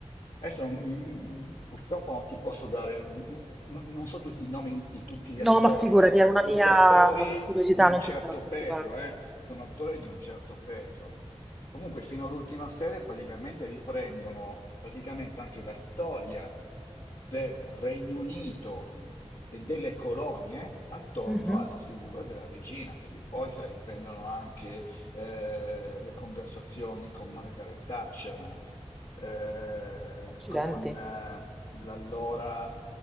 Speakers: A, on the left; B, in the centre.
A: Adesso non- purtroppo non ti posso dare, non, non so tutti i nomi di tutti gli attori,
B: No, ma figurati,
A: ma sono
B: era una
A: tutti
B: mia
A: attori
B: curiosità,
A: di un
B: non
A: certo
B: ti starà a preoccupare.
A: peso, eh? Sono attori di un certo peso. Comunque fino all'ultima serie praticamente riprendono praticamente anche la storia del Regno Unito e delle colonie attorno
B: Mhm,
A: alla figura della regina, perché poi, sai, riprendono anche eh, le conversazioni con Margaret Thatcher, eh,
B: Accidenti.
A: con eh, l'allora